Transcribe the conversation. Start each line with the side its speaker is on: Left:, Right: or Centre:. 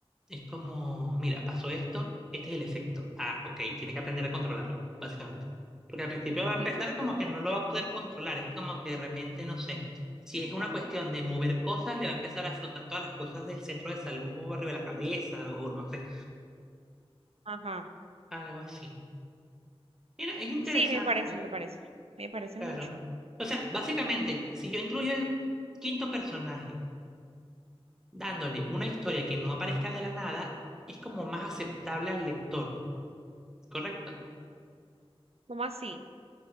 Centre: Es como, mira, pasó esto, este es el efecto. Ah, ok, tiene que aprender a controlarlo, básicamente. Porque al principio va a
Right: Sí,
Centre: empezar
Right: sí, sí.
Centre: como que no lo va a poder controlar. Es como que de repente, no sé, si es una cuestión de mover cosas, le va a empezar a flotar todas las cosas del centro de salud arriba de la cabeza o no sé,
Right: Ajá.
Centre: algo así. Mira, es interesante,
Right: Sí, me parece, me parece. Me parece
Centre: claro.
Right: mucho.
Centre: O sea, básicamente, si yo incluyo el quinto personaje, dándole una historia que no aparezca de la nada, es como más aceptable al lector, ¿correcto?
Right: ¿Cómo así?